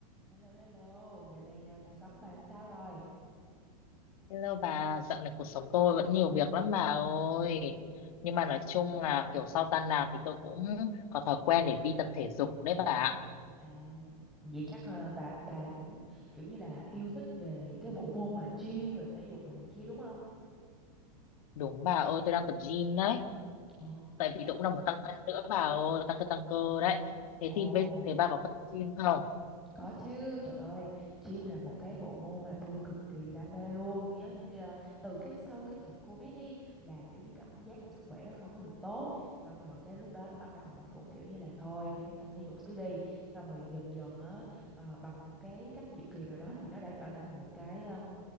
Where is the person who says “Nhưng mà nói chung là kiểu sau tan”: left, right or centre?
Left